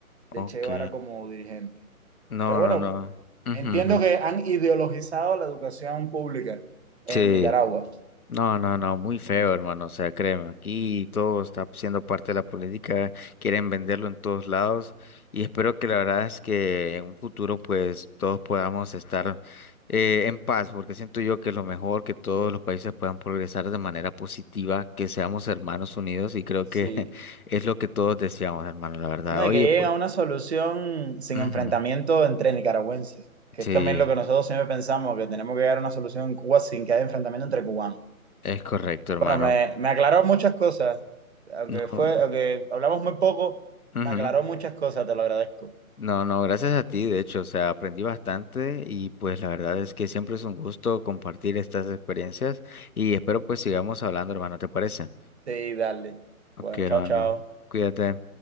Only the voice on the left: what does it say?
ok.
No,
no,
no. Ujú,
ujú.
Sí.
No, no, no, muy feo, hermano. O sea, créeme, aquí todo está siendo parte de la política, quieren venderlo en todos lados y espero que la verdad es que en un futuro pues todos podamos estar eh, en paz, porque siento yo que es lo mejor, que todos los países puedan progresar de manera positiva, que seamos hermanos unidos y creo
que <laughs> es lo que todos deseamos, hermano, la verdad.
Oye,
pues.
ujú,
Sí,
es correcto, hermano.
No,
no.
Ujú.
No, no, gracias a ti, de hecho, o sea, aprendí bastante y pues la verdad es que siempre es un gusto compartir estas experiencias y espero pues sigamos hablando, hermano, ¿te parece?
Ok,
hermano,
cuídate.